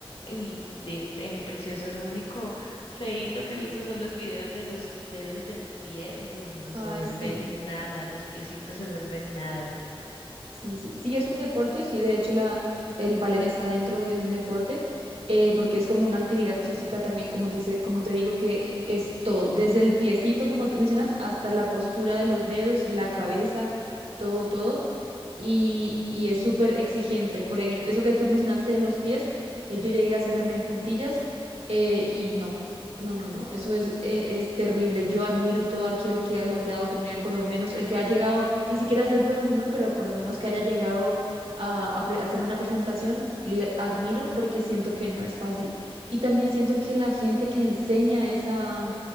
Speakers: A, on the left (about 75°); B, on the right (about 90°).
A: Uy, de, eh, precioso. Lo único feito que he visto son los videos de los dedos del pie. Uy, no se
B: ay,
A: vuelven
B: sí.
A: nada, los piecitos se vuelven nada.
B: Sí, sí, sí, es un deporte, sí, de hecho la, el ballet está dentro de un deporte, eh, porque es como una actividad física también, como te dice, como te digo, que es todo, desde el piecito, como tú mencionas, hasta la postura de los dedos, la cabeza, todo, todo y, y es súper exigente. Por ejemplo, eso que tú mencionaste de los pies, eh, yo llegué a hacer también puntillas eh, y no, no, no, no, eso es, eh, es terrible. Yo admiro todo aquel que ha logrado tener, por lo menos, el que ha llegado, ni siquiera a ser profesional, pero por lo menos que haya llegado a, a pre- hacer una presentación, le admiro porque siento que no es fácil. Y también siento que la gente que enseña esa,